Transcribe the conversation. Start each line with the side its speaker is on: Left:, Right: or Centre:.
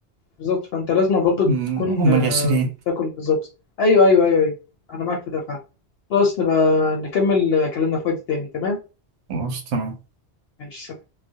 Left: بالظبط فانت لازم برضه
Right: مم،
Left: تكون
Right: هو من
Left: آه،
Right: يسريه
Left: تاكل بالظبط ايوه ايوه ايوه ايوه انا معاك في ده فعلا خلاص نبقى نكمل آه، كلامنا في وقت تاني تمام
Right: خلاص تمام
Left: ماشي سلام.